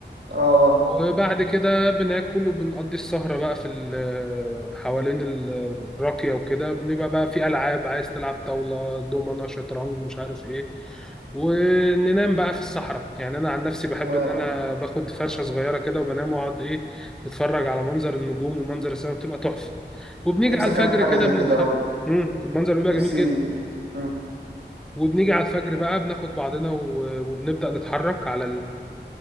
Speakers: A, on the right; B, in the centre.
A: اه آه.
B: وبعد كده بناكل وبنقضي السهرة بقى في ال- آه، حوالين ال- الراكية وكده بيبقى بقى في ألعاب عايز تلعب طاولة دومنة شطرنج مش عارف إيه وننام بقى في الصحراء يعني أنا عن نفسي بحب
A: آه.
B: إن أنا باخد فرشة
A: آه.
B: صغيرة كده وبنام وأقعد إيه بتفرج على منظر النجوم ومنظر السماء بتبقى تحفة وبنيجي
A: نفسي
B: على
A: اكمل
B: الفجر
A: حاجه
B: كده
A: زي
B: بنتحرك
A: كده برضه
B: مم، المنظر بيبقى
A: نفسي
B: جميل جدا
A: مم.
B: وبنيجي على الفجر بقى بناخد بعضنا و- وبنبدأ نتحرك على